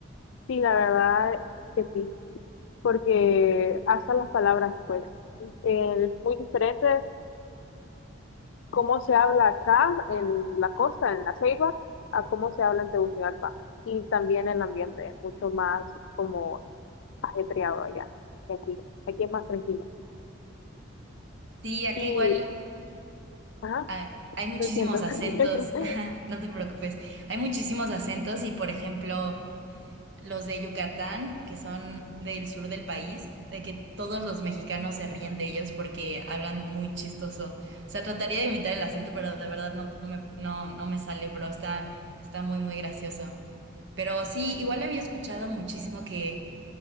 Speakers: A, on the left; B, on the right.
A: Sí, la verdad es que sí. Porque hasta las palabras, pues, eh, muy diferentes. Cómo se habla acá en la costa, en la Ceiba, a cómo se habla en Tegucigalpa. Y también el ambiente es mucho más como ajetreado allá que aquí. Aquí es más tranquilo.
B: Sí, acá
A: Y,
B: igual
A: ajá,
B: Ah, hay muchísimos
A: lo siento.
B: acentos,
A: <laughs>
B: <laughs> no te preocupes, hay muchísimos acentos y por ejemplo los de Yucatán, que son del sur del país, de que todos los mexicanos se ríen de ellos porque hablan muy chistoso. O sea, trataría de imitar el acento, pero de verdad no, no me, no, no me sale, bro, está, está muy, muy gracioso. Pero sí, igual había escuchado muchísimo que